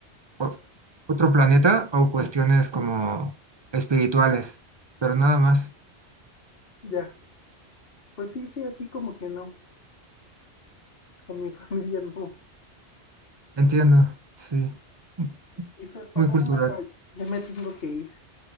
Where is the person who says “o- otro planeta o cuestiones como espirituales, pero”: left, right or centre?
Right